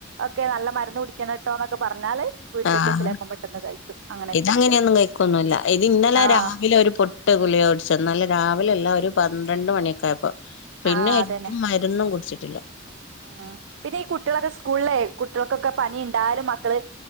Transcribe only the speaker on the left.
ആഹ്
ഇതങ്ങനെയൊന്നും കഴിക്കൊന്നുല്ല ഇത് ഇന്നലെ
രാവിലെ ഒരു പൊ ഇട്ട് ഗുളിയ കുടിച്ച ഇന്നലെ രാവിലെല്ല ഒരു പന്ത്രണ്ട് മണിയക്കെ ആയപ്പോ പിന്നെ
മരു ന്നും കുടിച്ചിട്ടില്ല